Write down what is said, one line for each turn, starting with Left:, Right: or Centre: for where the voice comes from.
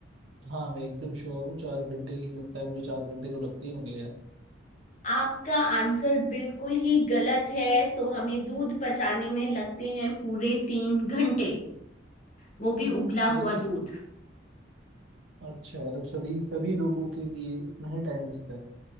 Right: हाँ मैं एकदम श्योर हूँ चार घंटे ही लगता है मुझे चार घंटे तो लगते ही होंगे यार
Left: आपका आंसर बिल्कुल ही गलत है सो हमें दूध पचाने में लगते हैं पूरे तीन घंटे वो भी
Right: ओके
Left: उबला हुआ दूध
Right: अच्छा मतलब सभी सभी लोगों के लिए इतना ही टाइम लगता है